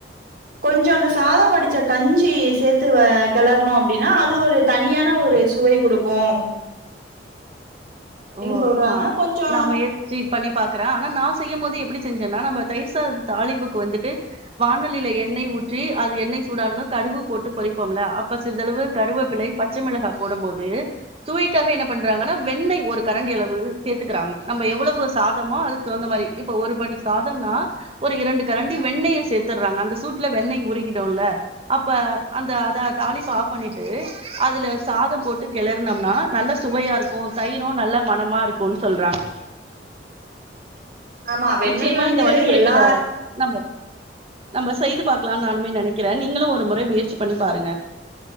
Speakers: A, on the right; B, on the right.
A: கொஞ்சோ அந்த சாதொ வடிச்ச கஞ்சி சேத்து வ கிளறணோ அப்டின்னா அது ஒரு தனியான ஒரு சுவை குடுக் கோம்
B: ஓ
A: சொல்றாங்க.
B: ந
A: கொஞ்சம்
B: நாம ஏ <unintelligible> பண்ணி பாக்குறே ஆனா நா செய்யும் போது எப்டி செஞ்சேன்னா நம்ம தயிர்சாத் தாலிப்புக்கு வந்துட்டு வானொலியல எண்ணெய ஊற்றி அது எண்ணெய் சூடானது கடுகு போட்டு பொறிப்போம்ல அப்ப சிறிதளவு கருவேப்பிழை பச்ச மிளகா போடும்போது சுவைக்காக என்ன பண்றாங்கா வெண்ணெய் ஒரு கரண்டி அளவு சேத்துக்கிறாங்க நம்ம எவ்வளவு சாதமோ அதுக்கு தகுந்த மாரி இப்ப ஒரு படி சாதம்னா ஒரு இரண்டு கரண்டி வெண்ணய சேர்த்தட்றாங்க அந்த சூட்ல வெண்ணய் உருக்கிடுல்ல அப்ப அந்த அத தாளிப்ப ஆஃப் பண்ணிட்டு அதுல சாதம் போட்டு கிளறனம்னா நல்ல சுவையா இருக்கு தயிர் இன்னு நல்ல மனமா இருக்குன்னு சொல்றாங்க
A: ஆமா வெண்ணெய்
B: நிச்சயமா
A: வந்து
B: இந்த வழிமுறைகள
A: எல்லா
B: நம்ம நம்ம செய்து பாக்கலான்னு நானுமே நெனைக்கிறே நீங்களு ஒரு முறை முயற்சி பண்ணி பாருங்க